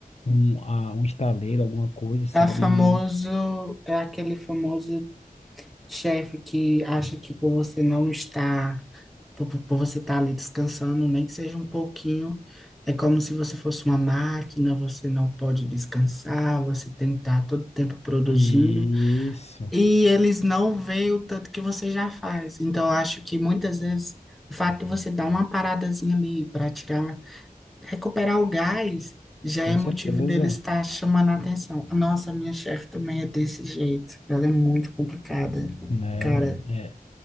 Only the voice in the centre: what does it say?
É famoso, é aquele famoso chefe que acha que por você não estar por, por- por você estar ali descansando, nem que seja um pouquinho, é como se você fosse uma máquina, você não pode descansar, você tem que estar todo tempo produzindo,
e eles não veem o tanto que você já faz. Então, eu acho que muitas vezes o fato de você dar uma paradazinha ali para tirar, recuperar o gás, já
é
motivo deles estar chamando a atenção. Nossa, minha chefe também é desse jeito, ela é muito complicada,
cara,